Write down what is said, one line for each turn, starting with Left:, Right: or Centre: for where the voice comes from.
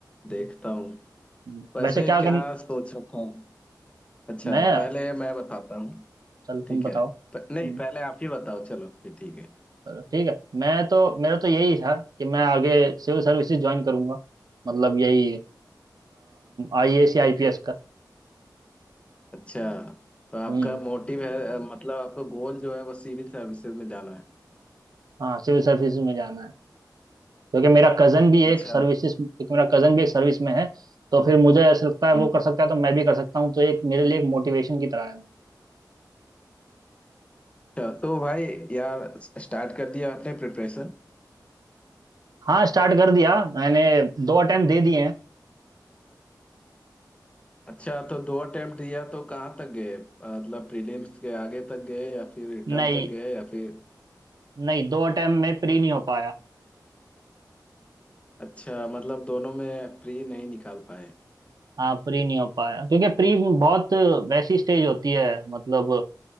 Left: देखता
Right: हम्म,
Left: हूँ
Right: हम्म।
Left: वैसे
Right: वैसे क्या
Left: क्या
Right: कर
Left: सोच रखा है अच्छा
Right: मैं
Left: पहले मैं बताता हूँ
Right: चलो
Left: ठीक
Right: तुम बताओ
Left: है
Right: हम्म,
Left: प, नहीं पहले आप ही बताओ चलो फिर ठीक है
Right: चलो ठीक है मैं तो मेरा तो यही था कि मैं आगे सिविल सर्विसेज ज्वाइन करूंगा मतलब यही आईएएस या आईपीएस का
Left: अच्छा तो आपका
Right: हम्म
Left: मोटिव है अ, मतलब आपका गोल जो है वो सिविल सर्विसेज में जाना है
Right: हाँ सिविल सर्विसेज में जाना है क्योंकि मेरा कजन भी एक
Left: अच्छा
Right: सर्विसेज क्योंकि मेरा कजन भी एक सर्विस में है तो फिर मुझे ऐसा लगता है वो
Left: हम्म
Right: कर सकता है तो मैं भी कर सकता हूँ तो एक मेरे लिए एक मोटिवेशन की तरह है वो
Left: अच्छा तो भाई यार स्टार्ट कर दिया आपने प्रिपरेशन
Right: हाँ स्टार्ट कर दिया मैंने दो अटेम्प्ट दे दिए हैं
Left: अच्छा तो दो अटेम्प्ट दिया तो कहाँ तक गए अ, मतलब प्रीलिम्स के आगे तक गए या फिर रिटर्न
Right: नहीं
Left: तक गए या फिर
Right: नहीं दो अटेम्प्ट में प्री नहीं हो पाया
Left: अच्छा मतलब दोनों में प्री नहीं निकाल पाए
Right: हाँ प्री नहीं हो पाया क्योंकि प्री बहुत वैसी स्टेज होती है मतलब